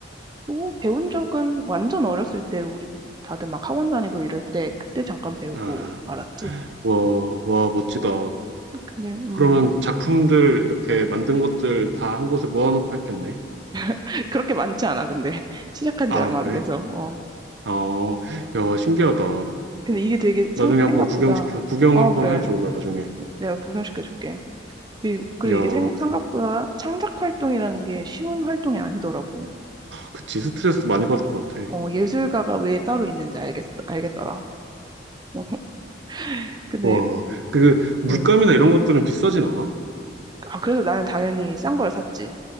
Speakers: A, on the right; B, on the right.
A: 뭐 배운 적은 완전 어렸을 때 우리 다들 막 학원 다니고 이럴 때 그때 잠깐 배우고
B: 아.
A: 말았지.
B: 와, 와, 멋지다.
A: 근데 음
B: 그러면 작품들 이렇게 만든 것들 다 한 곳에 모아놓고 했겠네.
A: <laughs> 그렇게 많지 않아 근데 <laughs> 시작한
B: 아,
A: 지 얼마
B: 그래?
A: 안 돼서 어
B: 어, 야, 신기하다.
A: 근데 이게 되게 상-
B: 나중에 한번
A: 생각보다
B: 구경시켜, 구경
A: 어
B: 한번
A: 그래
B: 해줘, 나중에.
A: 내가 구경시켜줄게. 이- 그리고
B: 야,
A: 이게
B: 어,
A: 생- 생각보다 창작 활동이라는 게 쉬운 활동이 아니더라고.
B: 그치, 스트레스 많이 받을 것 같아.
A: 어 예술가가 왜 따로 있는지 알겠 알겠더라. <laughs> 근데
B: 와, 그, 물감이나
A: 음,
B: 이런 것들은 비싸진 않아?
A: 아, 그래서 나는 당연히 싼 걸 샀지.